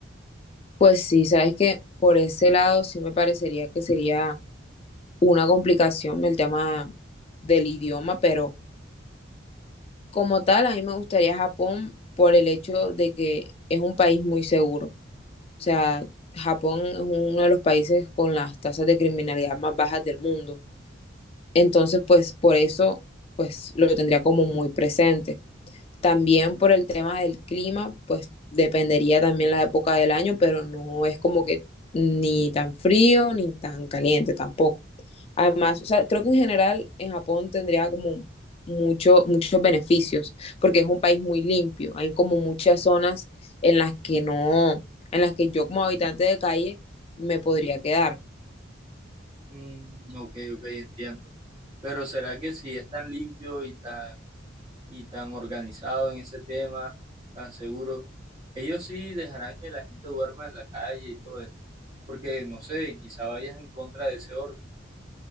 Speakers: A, on the left; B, on the right.
A: Pues sí, sabes que por ese lado sí me parecería que sería una complicación el tema del idioma, pero como tal a mí me gustaría Japón por el hecho de que es un país muy seguro. O sea, Japón es uno de los países con las tasas de criminalidad más bajas del mundo. Entonces, pues por eso, pues lo tendría como muy presente. También por el tema del clima, pues dependería también la época del año, pero no es como que ni tan frío ni tan caliente tampoco. Además, o sea, creo que en general en Japón tendría como mucho, muchos beneficios, porque es un país muy limpio. Hay como muchas zonas en las que no, en las que yo como habitante de calle me podría quedar.
B: Mm, ok, ok, entiendo. Pero ¿será que si es tan limpio y tan, y tan organizado en ese tema, tan seguro, ellos sí dejarán que la gente duerma en la calle y todo eso? Porque, no sé, quizá vayas en contra de ese orden.